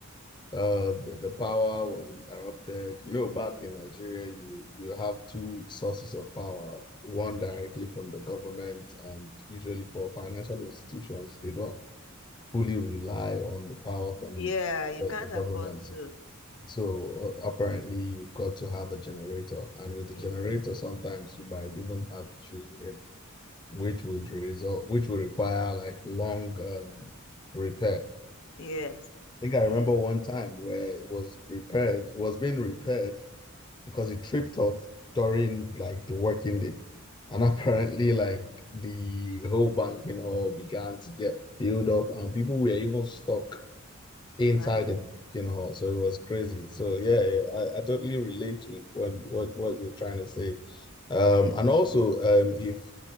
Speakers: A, on the left; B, on the left.
A: uh the, the power was interrupted you know back in Nigeria you you have two sources of power one directly from the government and usually for financial institutions they don't fully rely on the power from
B: Yeah, you
A: the,
B: can't
A: the government
B: afford to.
A: so uh, apparently you've got to have a generator and with the
B: Yeah,
A: generator sometimes you might even have issues with it which would result which would require like long um repair
B: yes,
A: I think I remember
B: yeah.
A: one time where it was repaired, it was being repaired because it tripped off during like the working day. And
B: Mm-hmm.
A: <laughs> apparently, like the whole banking hall began to get filled up, and people were even stuck inside
B: Imagine.
A: the banking hall. So it was crazy. So yeah, yeah I, I totally relate to it when what what you're trying to say. Um,
B: Yeah.
A: and also, um, if